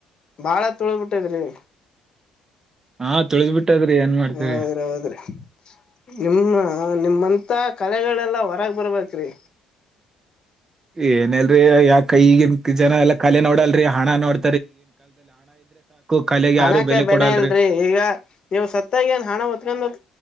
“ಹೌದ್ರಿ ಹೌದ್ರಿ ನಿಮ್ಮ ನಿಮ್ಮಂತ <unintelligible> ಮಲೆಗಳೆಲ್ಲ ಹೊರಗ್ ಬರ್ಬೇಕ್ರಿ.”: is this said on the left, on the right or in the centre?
Left